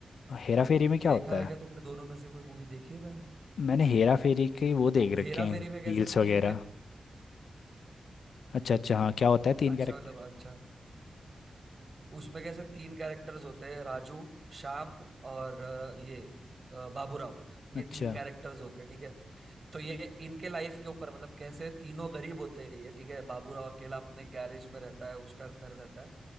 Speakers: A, on the left (about 80°); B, on the right (about 45°).
A: हेरा फेरी में क्या
B: देखा
A: होता
B: है
A: है
B: क्या तुमने दोनों में से कोई मूवी देखी है पहले
A: मैंने हेरा फेरी के वो
B: तो
A: देख रखे
B: हेरा
A: हैं
B: फेरी में
A: रील्स
B: कैसे
A: वगैरह
B: तीन कै
A: अच्छा अच्छा हाँ क्या होता है तीन
B: अच्छा
A: कैरेक्टर
B: मतलब अच्छा उसमें कैसे तीन कैरेक्टर्स होते हैं राजू श्याम और अ, ये अ, बाबूराव ये
A: अच्छा
B: तीन कैरेक्टर्स होते हैं ठीक है तो ये इनके लाइफ के ऊपर मतलब कैसे तीनों गरीब होते हैं ये ठीक है बाबूराव अकेला अपने गैरेज में रहता है उसका घर रहता है